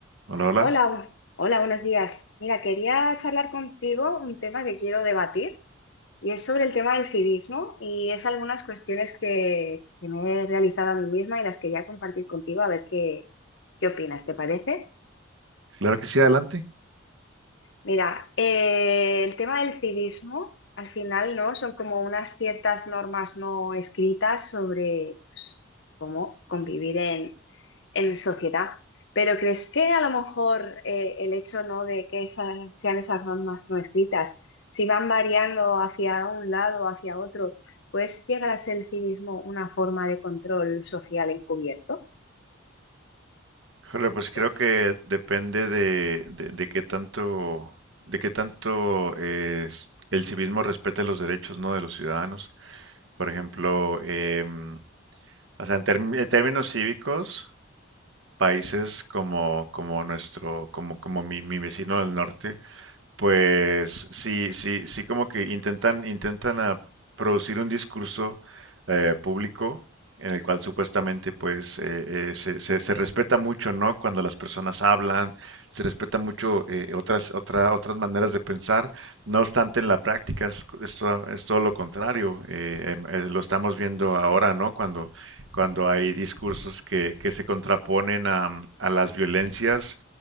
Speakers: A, on the right; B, on the left.
A: Hola, hola.
B: Hola, bu- hola, buenos días. Mira, quería charlar contigo un tema que quiero debatir y es sobre el tema del civismo y es algunas cuestiones que, que me he realizado a mí misma y las quería compartir contigo a ver qué, qué opinas, ¿te parece?
A: Claro que sí, adelante.
B: Mira, eh, el tema del civismo al final, ¿no? Son como unas ciertas normas no escritas sobre pues, cómo convivir en sociedad. Pero ¿crees que a lo mejor eh, el hecho no de que esa- sean esas normas no escritas, si van variando hacia un lado o hacia otro, pues llegar a ser el civismo una forma de control social encubierto?
A: Híjole, pues creo
B: Que,
A: que depende de, de, de qué tanto, de qué tanto eh, el civismo respete los derechos, ¿no? de los ciudadanos. Por ejemplo, em, o sea, en, term- en términos cívicos, países como, como nuestro, como, como mi, mi vecino del norte, pues sí, sí, sí, como que intentan, intentan ah, producir un discurso eh, público en el cual supuestamente pues eh, eh, se, se- se respeta mucho, ¿no? Cuando las personas hablan, se respeta mucho eh, otras, otra- otras maneras de pensar. No obstante, en la práctica es, es todo, es todo lo contrario. Eh, em, eh, lo estamos viendo ahora, ¿no? Cuando, cuando hay discursos que, que se contraponen a a las violencias